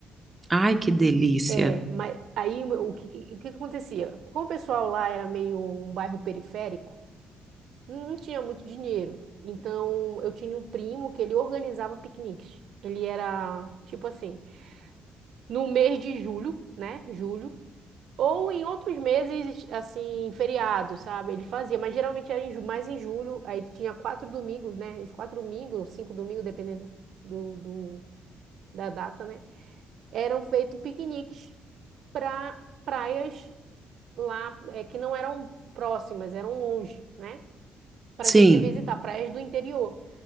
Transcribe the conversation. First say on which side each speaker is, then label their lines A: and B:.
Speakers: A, on the right (about 20°); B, on the right (about 70°).
A: Ai, que delícia.
B: É, mas aí o, meu- o que, o que que acontecia? Como o pessoal lá era meio um bairro periférico, não tinha muito dinheiro. Então eu tinha um primo que ele organizava piqueniques. Ele era tipo assim, no mês de julho, né? Julho, ou em outros meses, assim, feriados, sabe? Ele fazia, mas geralmente era em, ju- mais em julho. Aí tinha quatro domingos, né? Os quatro domingos, ou cinco domingos, dependendo do, do- da data, né? Eram feitos piqueniques para praias lá é, que não eram próximas, eram longe, né? Para
A: Sim.
B: a gente visitar praias do interior.